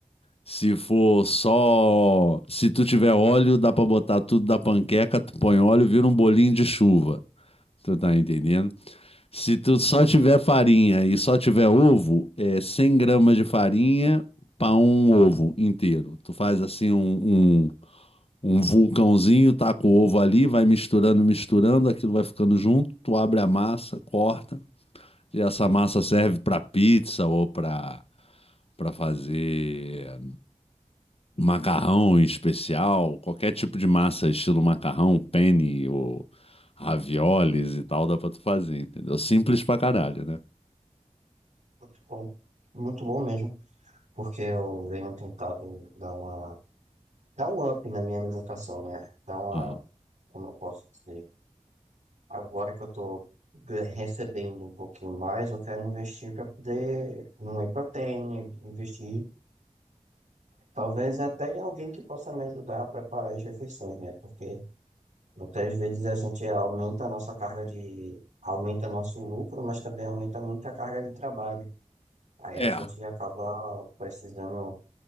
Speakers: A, on the left; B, on the right.
A: Se for só, se tu tiver óleo, dá pra botar tudo da panqueca, tu põe óleo, vira um bolinho de chuva. Tu tá entendendo? Se tu só tiver farinha e só tiver ovo, é 100 gramas de farinha para um ovo inteiro. Tu faz assim um, um, um vulcãozinho, taca o ovo ali, vai misturando, misturando, aquilo vai ficando junto. Tu abre a massa, corta, e essa massa serve para pizza ou para para fazer macarrão especial, qualquer tipo de massa, estilo macarrão, penne ou raviolis e tal, dá para tu fazer, entendeu? Simples pra caralho, né?
B: muito bom. Muito bom mesmo, porque eu venho tentado dar uma, dar um up na minha alimentação, né? Dar uma,
A: Aham.
B: como eu posso dizer, agora que eu tô ga- recebendo um pouquinho mais, eu quero investir para poder, numa proteína, investir, talvez até em alguém que possa me ajudar a preparar as refeições, né? Porque muitas vezes a gente aumenta a nossa carga de, aumenta nosso lucro, mas também aumenta muito a carga de trabalho. Aí
A: É,
B: a gente acaba precisando